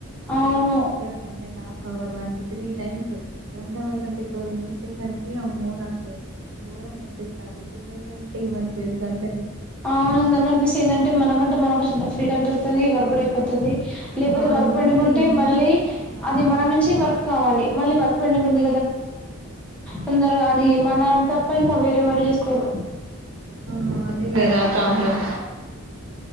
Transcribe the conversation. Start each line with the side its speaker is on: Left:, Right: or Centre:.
Right: ఒక
Centre: అవును
Right: వన్ అర్ one and half hour one కి త్రీ టైమ్స్ వన్ అవర్ కంటే ఎక్కువ తినిపిచ్చేసరికి ఇ అమ్మో నాకు ఘోరంగా అనిపిస్థాంది తొందరగా తింటే ఏం అనిపియ్యది గంట
Centre: ఆ అనిపిస్తే ఏంటంటే మనగంటే మనకుచ్చ ఫ్రీ టైమ్ దొరుకుతాది వర్క్గూకూడా అయిపోతది లేకపోతే
Right: వాడు
Centre: వర్క్
Right: తిని
Centre: పెండింగ్ ఉంటే
Right: నేను తిని
Centre: మళ్ళీ
Right: వాన్ని
Centre: అది మనం
Right: చూసుకో
Centre: నుంచి వర్క్ కావాలి మళ్ళీ వర్క్ పెండింగ్ తొందరగా అది మనం తప్ప వేరే వరి చూసుకోరు
Right: ఆ అదే కదా ప్రాబ్లం